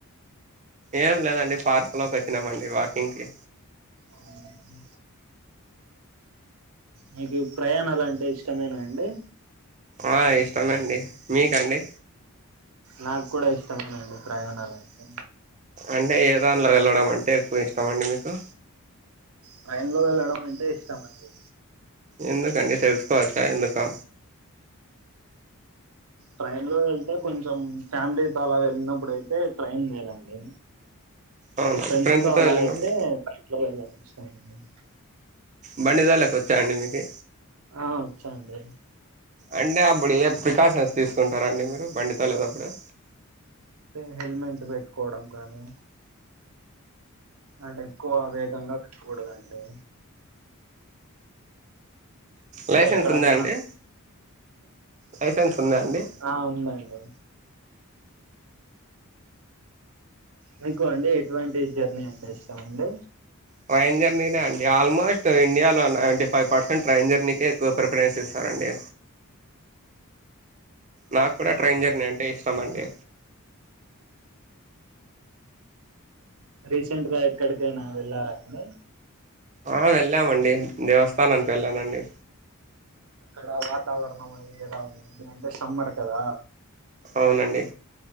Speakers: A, on the right; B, on the right.
A: ఏం లేదండి పార్క్లో వచ్ మండి వాకింగ్కి
B: అవునా మీకు ప్రయాణాలంటే ఇష్టమేనా అండి.
A: ఆ ఇష్టమండి. మీకండి?
B: నాక్కూడా ఇష్టమేనండి ప్రయాణాలంటే.
A: అంటే ఏ దానిలో వెళ్ళడం అంటే ఎక్కువ ఇష్టం అండి మీకూ?
B: ట్రైన్లో వెళ్ళడం అంటే ఇష్టమండి.
A: ఎందుకండి తెలుసుకో వచ్చా ఎందుకో
B: ట్రైన్ లో వెళ్తే కొంచెం ఫ్యామిలీతో అలా వెళ్ళినప్పుడు అయితే ట్రైన్ వేరండి
A: అవునండి
B: ఫ్రెండ్స్
A: ఫ్రెండ్స్తో
B: తో అలా
A: వెళ్ళినాము
B: అయితే బైక్ లో వెళ్ <unintelligible>
A: బండి తొలేకి వచ్చా అండి మీకి
B: ఆ వచ్చా అండి
A: అంటే అప్పుడు ఏ ప్రికాషన్స్ తీసుకుంటారాండి మీరు బండి తోలేటప్పుడు
B: అే హెల్మెట్ పెట్టుకోవడం కానీ అంటే ఎక్కువ వేగంగా నడపకూడదు అండి ఇంకా
A: లైసెన్స్
B: ఎక్కడన్నా
A: ఉందా అండి లైసెన్స్ ఉందా అండి
B: ఆ ఉందండి మీకు అండి ఎటువంటి జర్నీ అంటే ఇష్టము అండి
A: ట్రైన్ జర్నీనే అండి ఆల్మోస్ట్ ఇండియాలో నైంటీ ఫైవ్ పర్సెంట్ ట్రైన్ జర్నీకే ఎక్కువ ప్రిఫరెన్స్ ఇస్తారంండి నాకు కూడా ట్రైన్ జర్నీ అంటే ఇష్టం అండి
B: రీసెంట్ గా ఎక్కడికేనా వెళ్ళారా అండి
A: ఆ వెళ్ళామండి దేవస్థానానికి వెళ్ళానండి
B: అక్కడ వాతావరణం అనేది ఎలా ఉందండి అంటే సమ్మర్ కదా
A: అవునండి